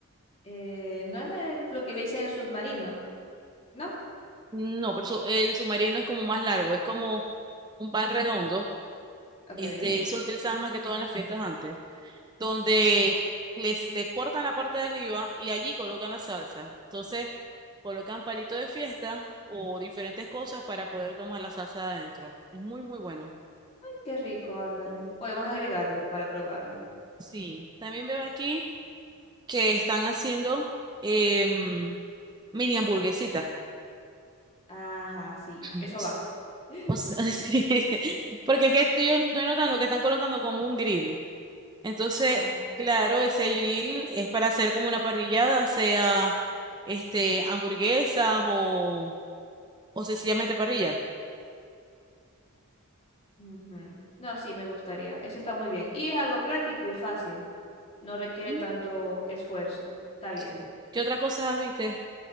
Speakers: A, on the left (about 25°); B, on the right (about 20°).
A: Eh, ¿no es el- lo que le hice en el submarino? ¿No?
B: No, pero eso- el submarino es como más largo, es como un pan redondo,
A: Ok.
B: este,
A: Ay,
B: eso lo utilizaban más que todo en las fiestas antes. donde les le cortan la parte de arriba y allí colocan la salsa. Entonces, colocan palito de fiesta o diferentes cosas para poder tomar la salsa de adentro. Es muy, muy bueno.
A: qué rico, ándale. Podemos agregarlo para probarlo.
B: Sí, también veo aquí que están haciendo em, mini hamburguesitas.
A: Ajá, sí.
B: <laughs>
A: Eso
B: Sí.
A: va. <laughs>
B: O sea, <laughs> sí, Porque es que estoy, estoy notando que están colocando como un grill. Entonces,
A: Ajá.
B: claro, ese grill es para hacer como una parrillada, sea este hamburguesas o o sencillamente parrilla.
A: Ujú. No, sí, me gustaría. Eso está muy bien. Y es algo práctico y fácil. No requiere
B: Mm,
A: tanto esfuerzo. Está bien.
B: sí. ¿Qué otra cosa viste?